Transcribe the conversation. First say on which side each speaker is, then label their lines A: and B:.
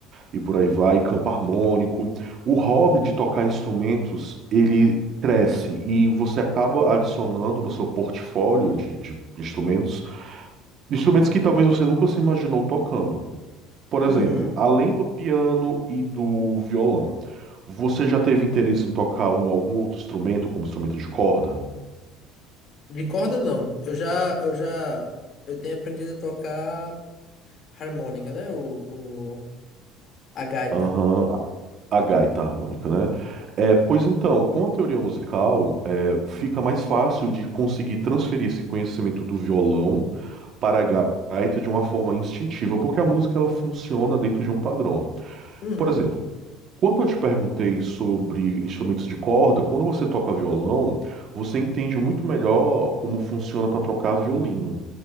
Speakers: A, on the right (about 50°); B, on the left (about 50°).
A: e por aí vai, campo harmônico, o hobby de tocar instrumentos, ele cresce e você acaba adicionando no seu portfólio de, de instrumentos, instrumentos que talvez você nunca se imaginou tocando. Por
B: uhum.
A: exemplo, além do piano e do violão, você já teve interesse em tocar um, algum outro instrumento, como instrumento de corda?
B: De corda não. Eu já, eu já, eu tenho aprendido a tocar harmônica, né? O, o, a gaita.
A: Aham, a a gaita harmônica, né? É, pois então, com a teoria musical, é, fica mais fácil de conseguir transferir esse conhecimento do violão para a gaita de uma forma instintiva, porque a música ela funciona dentro de um padrão.
B: Uhum,
A: Por exemplo, Quando eu te perguntei sobre instrumentos de corda, quando você toca violão, você entende muito melhor como funciona para tocar violino,